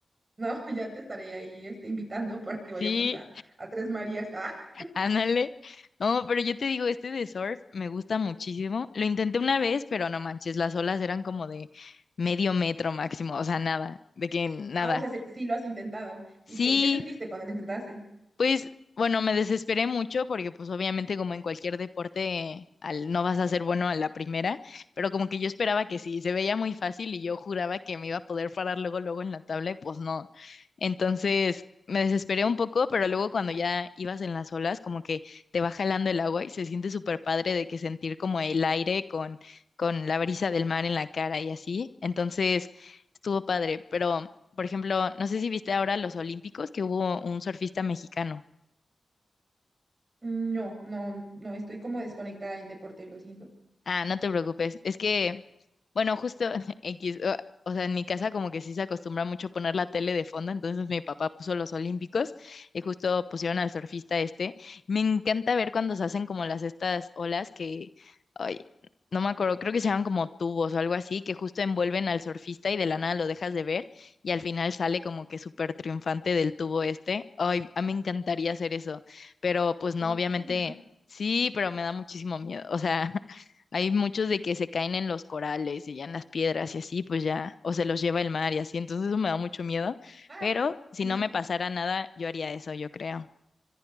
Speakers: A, on the right; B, on the left.
A: No, <laughs> ya te estaré ahí este, invitando para que
B: Sí.
A: vayamos a, a Tres Marías. Ah,
B: Ándale. No, pero yo te digo, este de surf me gusta muchísimo. Lo intenté una vez, pero no manches, las olas eran como de medio metro máximo, o sea, nada, de que nada.
A: ah, o sea, se- sí lo has intentado.
B: Sí,
A: ¿Y qué, qué sentiste cuando lo intentaste?
B: pues bueno, me desesperé mucho porque pues obviamente como en cualquier deporte al, no vas a ser bueno a la primera, pero como que yo esperaba que sí, se veía muy fácil y yo juraba que me iba a poder parar luego luego en la tabla y pues no. Entonces me desesperé un poco, pero luego cuando ya ibas en las olas como que te va jalando el agua y se siente súper padre de que sentir como el aire con, con la brisa del mar en la cara y así. Entonces estuvo padre, pero... Por ejemplo, no sé si viste ahora los Olímpicos que hubo un surfista mexicano.
A: Mm, No, no, no, estoy como desconectada del deporte, lo siento.
B: Ah, no te preocupes. Es que, bueno, justo <laughs> X, o, o sea, en mi casa como que sí se acostumbra mucho poner la tele de fondo, entonces mi papá puso los Olímpicos y justo pusieron al surfista este. Me encanta ver cuando se hacen como las estas olas que, ay, no me acuerdo, creo que se llaman como tubos o algo así, que justo envuelven al surfista y de la nada lo dejas de ver y al final sale como que súper triunfante del tubo este. Ay, a mí me encantaría hacer eso, pero pues no,
A: Ay,
B: obviamente
A: qué genial.
B: sí, pero me da muchísimo miedo, o sea. <laughs> Hay muchos de que se caen en los corales y ya en las piedras y así, pues ya, o se los lleva el mar y así, entonces eso me da mucho miedo,
A: Ah,
B: pero si
A: sí,
B: no me pasara nada, yo haría eso, yo creo.